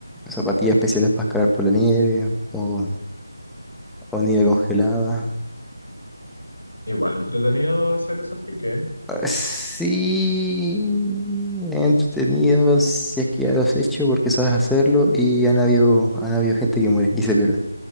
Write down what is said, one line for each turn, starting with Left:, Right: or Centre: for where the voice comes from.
Centre: zapatillas especiales para escalar por la nieve o, o nieve congelada.
Left: Igual entretenido hacer esos piques.
Centre: Ah, Sí, entretenido si es que ya lo has hecho porque sabes hacerlo y han habido, han habido gente que muere y se pierde